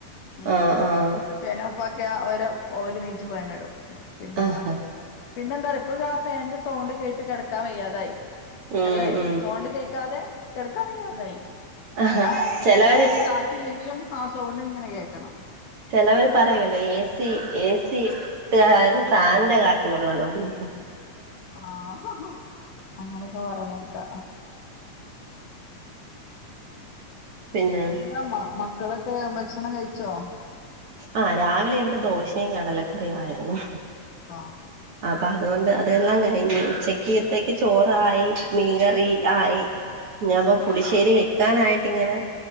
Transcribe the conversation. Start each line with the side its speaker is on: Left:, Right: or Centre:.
Left: ഉം
Right: ആഹ് ആഹ്
Left: ഫേനോഫ് - ഫാക്ക്യ ഓര ഓര്നീച്ച് ഫേന്ടും പിന്നെന്താ.
Right: ആഹാ
Left: പിന്നെ എന്താ അറിയോ ഇപ്പൊ ആ ഫാന്റെ സൗണ്ട് കേട്ട് കെടക്കാൻ വയ്യാതായി
Right: ഉം
Left: അല്ലെ
Right: ഉം
Left: സോണ്ട് കേക്കാതെ കെട്ക്കാ വയ്യാതായി.
Right: ആഹാ
Left: ആ
Right: ചെലവര്
Left: ഫാന്റെ കാറ്റില്ലെങ്കിലും ആ സൗണ്ട് ഇങ്ങനെ കേക്കണം
Right: ചെലവര് പറയില്ലേ ഏ സി ഏ സി ഇട്ടാൽ
Left: ആ
Right: ഫാനിന്റെ കാ റ്റ് കൊള്ളണം ഉം ഉം
Left: ആഹ് അങ്ങനെയൊക്കെ പറയണെട്ട്
Right: പിന്നെ
Left: നിന്റെ മ മക്കളക്കെ ഭക്ഷണം കഴിച്ചോ?
Right: ആഹ് രാവിലെ ഇവിടെ ദോശയും കടലക്കറിയും ആയിരുന്നു.
Left: ആഹ്
Right: അപ്പ അതുകൊണ്ട് അതെല്ലാം കഴിഞ്ഞ് ഉച്ചക്ക്ത്തേക്ക് ചോറായി മീ ക <unintelligible> ആയി ഞാൻ ഇപ്പൊ പുളിശ്ശേരി വെക്കാനായിട്ട് ഇങ്ങനെ